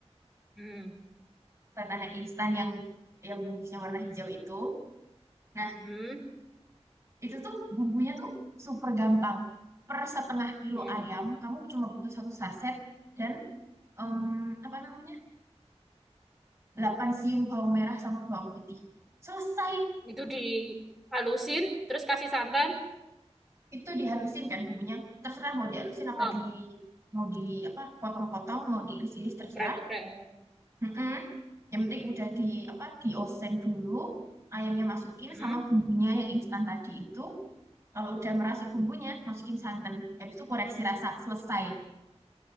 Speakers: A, in the centre; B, on the right.
A: Hmm.
B: Ketan yang instan yang yang bungkusnya warna hijau itu. Nah,
A: Hmm.
B: itu tuh bumbunya tuh super gampang. Per setengah kilo
A: Hmm.
B: ayam, kamu cuma butuh satu saset dan em, apa namanya? delapan siung bawang merah sama bawang putih. Selesai.
A: Itu dihalusin, terus kasih santan.
B: Itu dihalusin kan bumbunya. Terserah mau dihalusin apa
A: Ah,
B: di mau di apa potong-potong, mau diiris-iris terserah.
A: geprek-geprek.
B: Mm-mm. Yang penting udah di apa diosen dulu, ayamnya masukin
A: Hmm.
B: sama bumbunya yang instan tadi itu Kalau udah merasuk bumbunya, masukin santan. Habis itu koreksi rasa, selesai.